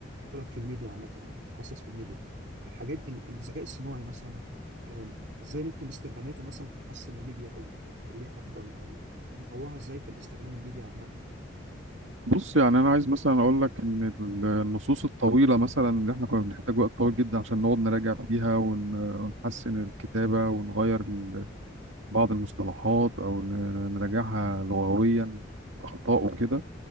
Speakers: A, on the right; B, on the right.
A: في الميديا عامه او متخصص في الميديا الحاجات ال- الذكاء الصناعي مثلا أم، ازاي ممكن استخداماته مثلا تحسن الميديا او تخليها افضل او نطوعها ازاي في الاستخدام الميديا عامه يعني
B: بص يعني انا عايز مثلا اقول لك ان ال- النصوص الطويله مثلا اللي احنا كنا بنحتاج وقت طويل جدا عشان نقعد نراجع فيها ون- ونحسن الكتابه ونغير ال- بعض المصطلحات او ن- نراجعها لغويا اخطاء وكده